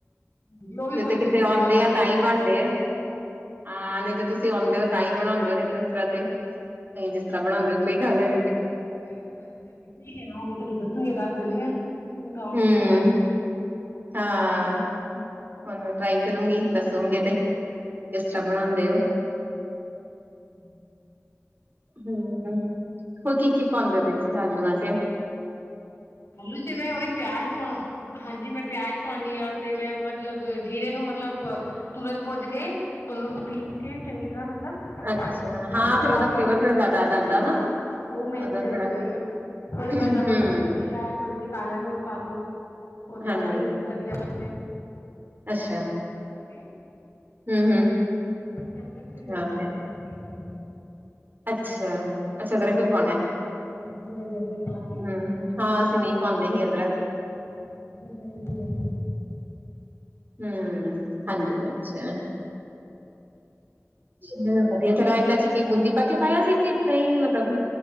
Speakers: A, on the left (about 65°); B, on the right (about 40°).
A: ਹਾਂਜੀ ਉਹ ਵੀ
B: ਨਹੀਂ
A: ਪੁੱਛ
B: ਤਾਂ ਕਿਤੇ
A: ਰਹੀ ਸੀ
B: ਆਉਂਦੇ
A: ਕਿੱਦਾਂ ਬਣਾਉਂਦੇ
B: ਆ ਤਾਂ ਹੀ
A: ਮੈਨੂੰ
B: ਬਣਦੇ
A: ਦੱਸਿਓ
B: ਆ। ਹਾਂ ਨਹੀਂ ਤਾਂ ਤੁਸੀਂ ਆਉਂਦੇ ਹੋ ਤਾਂ ਹੀ ਬਣਾਉਦੇ ਦੇ ਉਸ ਤਰ੍ਹਾਂ ਤੇ ਅਸੀ ਜਿਸ ਤਰ੍ਹਾਂ ਬਣਾਉਂਦੇ ਉੱਥੋਂ ਹੀ ਖਾਲੇ।
A: ਹਾਂਜੀ, ਹਾਂਜੀ ਠੀਕ ਆਉਂਗੀ ਤੁੂੰ ਦੱਸੂਗੀ ਦੱਸ ਦਿੰਨੀ ਆ ਮੈਂ ਤਾਂ ਆਊਗੀ
B: ਹੂੰ
A: ਮੈਂ ਬਣਾ ਦੂੰਗੀ।
B: ਹਾਂ ਹੁਣ ਮੈਂ ਟਰਾਈ ਕਰੂੰਗੀ ਦੱਸ ਸੋਗੇ ਤੇ ਕਿਸ ਤਰ੍ਹਾਂ ਬਣਾਉਂਦੇ ਹੋ।
A: ਹੂੰ।
B: ਹੂੰ ਹੋਰ ਕੀ ਕੀ ਪਾਉਂਦੇ ਹੋ ਵਿੱਚ ਆਲੂਆਂ ਦੇ।
A: ਆਲੂ, ਚ ਮੈਂ ਉਹੀ ਪਿਆਜ ਪਾ ਹਾਂਜੀ ਮੈਂ ਪਿਆਜ ਪਾਉਂਦੀ ਹਾਂ ਤੇ ਮੈਂ ਮਤਲਬ ਜੀਰੇ। ਇਹ ਨੂੰ ਮਤਲਬ ਤੁਰੰਤ ਪੁੱਜ ਕੇ ਉਹਨੂੰ ਪੀਸ ਕੇ ਚੰਗੀ ਤਰ੍ਹਾਂ। ਮਤਲਬ
B: ਅੱਛਾ ਹਾਂ
A: ਉਹ
B: ਫੇਰ
A: ਪਾ
B: ਉਹਦਾ
A: ਕੇ
B: ਫਲੇਵਰ ਥੋੜਾ ਜਿਆਦਾ ਆ ਜਾਂਦਾ
A: ਹਾਂ
B: ਨਾ
A: ਉਹ ਮੇਨ
B: ਉਹਦਾ
A: ਫਲੇਵਰ
B: ਥੋੜਾ
A: ਤਾਂ ਉਹੀ ਆ। ਉਹਦੇ ਬਾਅਦ
B: ਹਮ
A: ਨਮਕ, ਮਿਰਚੀ। ਆ ਥੋੜੀ ਜਿਹੀ ਕਾਲਾ ਲੂਣ ਪਾ ਦੋ ਉਹਦੇ
B: ਹਾਂਜੀ
A: ਬਾਅਦ ਫੇਰ ਧਨੀਆ ਪੱਤੇ।
B: ਅੱਛਾ
A: ਧਨੀਆ ਪੱਤੇ ਨੂੰ ਪਾਕੇ।
B: ਹਮ ਹਮ
A: ਵਿੱਚ ਅਦਰਕ ਦੀ ਕ੍ਰਸ਼
B: ਹਾਂ
A: ਧਨੀਆ
B: ਤੇ
A: ਪਾ ਦੇਣਾ ਥੋੜਾ ਜਿਹਾ।
B: ਅੱਛਾ ਅੱਛਾ ਅਦਰਕ ਵੀ ਪਾਉਣਾ ਹੈ।
A: ਵਿੱਚ ਜੀਰਾ ਜੁਰਾ ਪਾ ਕੇ ਉਹਨੂੰ
B: ਹਮ
A: ਕਰਸ
B: ਹਾਂ ਅਸੀਂ
A: ਕਰਦੋ।
B: ਨਹੀਂ ਪਾਉਂਦੇ ਸੀ ਅਦਰਕ
A: ਹਾਂ ਵਧੀਆ ਜੀ ਵਧੀਆ ਤੁਸੀਂ ਸੁਣਾਓ।
B: ਹੂੰ ਹਾਂਜੀ ਅੱਛਾ। ਨਹੀ ਵਧੀਆ ਤੇ ਰਾਇਤਾ 'ਚ ਕਿ ਬੂੰਦੀ ਪਾ ਕੇ ਪਾਇਆ ਸੀ ਕਿ ਇਸ ਤਰ੍ਹਾਂ ਹੀ ਮਤਲਬ।